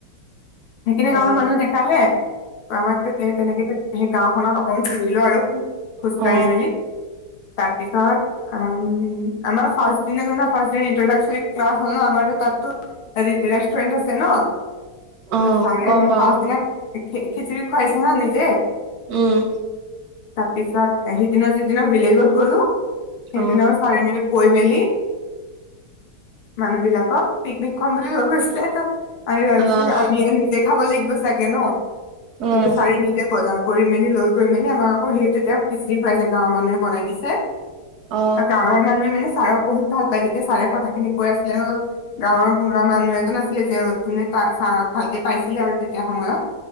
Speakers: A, on the left (about 75°); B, on the right (about 50°).
A: সেইখিনি
B: অ
A: গাৱঁৰ মানুহ দেখালে আমাৰ তে- তেনেকে সেই গাওঁখনত অকন ফুৰিলো আৰু খোজ-খোজকাঢ়িমেলি
B: অ
A: তাৰ পিছত আমা--আমাৰ ফাষ্ট দিনাৰ দিনা ফাষ্টডে ইনটৰডাকচন ক্লাচ হল না। আমাৰটো তাতো হেৰি, ৰেষ্টুৱেণ্টত টেনত-ছাৰে
B: অ গম
A: আমাক
B: পাও
A: ফাষ্ট ইয়েত খি, খিচিৰি খুৱাইছে হাঁ নিজে।
B: ওঁ
A: তা পিছত, সিদিনা যিদিনা ভিলেজত গ'লো সেইদিনা
B: অ
A: ছাৰে মিনি কৈ মেলি মানুহ বিলাকক পিক্‌নিক্‌ খোৱাম বুলি লৈ গৈছিলেটাত। আৰু আইছমি
B: আহ
A: আমিয়েই নিজে খাব লাগিব চাগে ন'?
B: উম
A: কিন্তু ছাৰে নিজে। বজাৰ কৰি মেলি লৈ গৈ মেলি আমাক আকৌ, সিটো তেওঁক খিচিৰি খুৱাইছে। গাঁৱৰ মানুহে বনাই দিছে।
B: অ
A: গাৱঁৰ মানুহে মানে? ছাৰক বহুত ভাল পায়। যেতিয়া ছাৰে কথা খিনি কৈ আছিলে অঁ--গাঁৱৰ বুঢ়া মানুহ এজন আছিলে যে যোনে ছা, ছাৰক ভালকে পাইছিলে আৰু তেতিয়া সময়ত।